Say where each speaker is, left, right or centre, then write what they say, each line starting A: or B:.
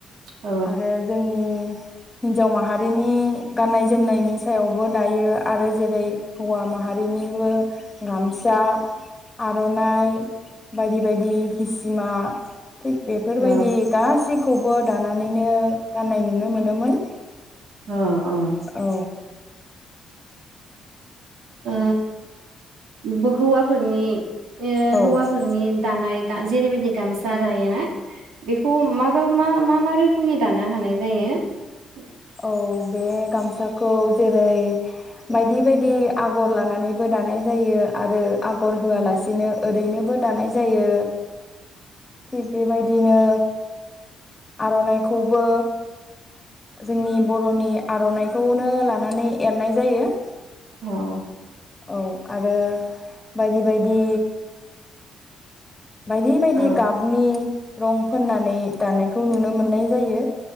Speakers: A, on the right (about 80°); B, on the left (about 20°).
A: औ
B: आरो जोंनि हिन्जाव माहारिनि गाननाय जोमनायनि सायावबो दायो आरो जेरै हौवा माहारिनिबो गामसा आर'नाइ बायदि बायदि हिसिमा थिग बेफोरबायदि
A: औ
B: गाससि खौबो दानानैनो गाननाय नुनो मोनोमोन।
A: ओ ओ।
B: औ
A: ओ बहौवाफोरनि ए
B: औ
A: हौवाफोरनि दानाय दा जेरबदि गमसाादायनो ना। बेखौ माबा मा मा मा रोखोमनि दानो हानाय जायो।
B: औ। बे गामसाखौ जेरै बायदि बायदि आगर लानानैबो दानाय जायो आरो आगर होआलासिनो
A: औ
B: ओरैनो बो दानाय जायो। थिग बे बायदि दिनो आर'नाइखौबो जोंनि बर'नि आर'नाइखौनो लानानै एरनाय जायो।
A: अह।
B: औ आरो बायदि बायदि बायदि बायदि
A: औ
B: गाबनि रं फोननानै दानायखौ नुनो मोन नाय जायो।